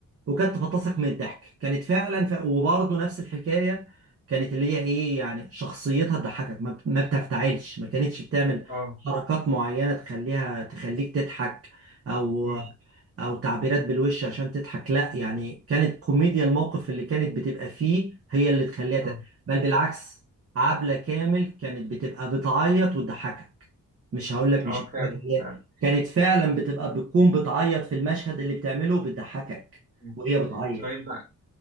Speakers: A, on the right; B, on the right.
A: وكانت تفطسك من الضحك كانت فعلا ف... وبرضه نفس الحكاية كانت اللي هي ايه يعني شخصيتها تضحكك ما, بت- ما بتفتعلش ما كانتش بتعمل
B: اه
A: حركات معينة تخليها تخليك تضحك او
B: مم.
A: او تعبيرات بالوش عشان تضحك لا يعني كانت كوميديا الموقف اللي كانت بتبقى فيه هي اللي تخليها
B: اه
A: ت... بل بالعكس عبلة كامل كانت بتبقى بتعيط وتضحكك مش هقول لك مش
B: اه
A: هقول
B: فعلا
A: لك هي
B: فعلا
A: كانت فعلا بتبقى بتكون بتعيط في المشهد اللي بتعمله بتضحكك
B: مم.
A: وهي بتعيط
B: طيب بقى،